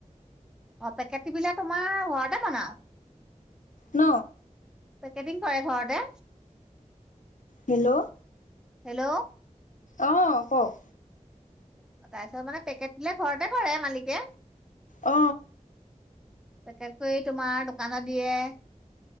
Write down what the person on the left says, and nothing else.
ন।
হেল্ল'।
অ কওক।
অ